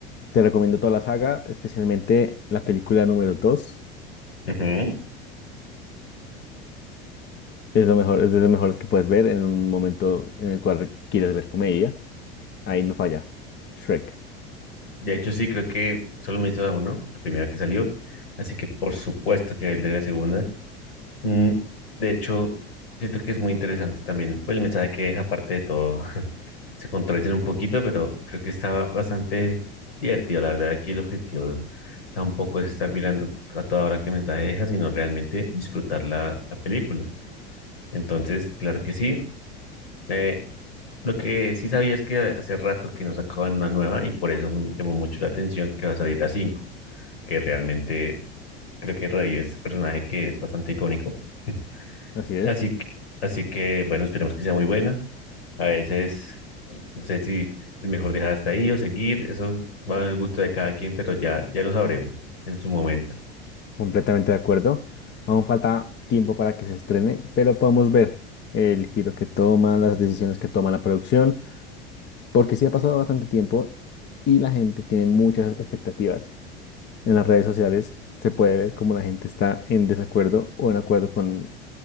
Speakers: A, on the left; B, on the left.
A: te recomiendo toda la saga, especialmente la película número 2.
B: Ujú.
A: Es lo mejor, es de los mejores que puedes ver en un momento en el cual quieres ver comedia. Ahí no falla. Shrek.
B: De hecho, sí, creo que solo me hizo a uno, la primera que salió. Así que por supuesto que el de la segunda. Mm, de hecho, siento que es muy interesante también pues, el mensaje que deja, aparte de todo. <laughs> Se contradicen un poquito, pero creo que está bastante divertido. La verdad, aquí el objetivo tampoco es estar mirando a toda hora qué mensaje deja, sino realmente disfrutar la, la película. Entonces, claro que sí. Eh, lo que sí sabía es que hace rato que nos sacaban una nueva y por eso me llamó mucho la atención que va a salir la 5 que realmente creo que revive este personaje que es bastante icónico. <laughs>
A: Así es.
B: Así que, así que, bueno, esperemos que sea muy buena. A veces, no sé si es mejor dejar hasta ahí o seguir, eso va al gusto de cada quien, pero ya, ya lo sabremos en su momento.
A: Completamente de acuerdo. Aún falta tiempo para que se estrene, pero podemos ver el giro que toma, las decisiones que toma la producción, porque sí ha pasado bastante tiempo y la gente tiene muchas expectativas. En las redes sociales se puede ver cómo la gente está en desacuerdo o en acuerdo con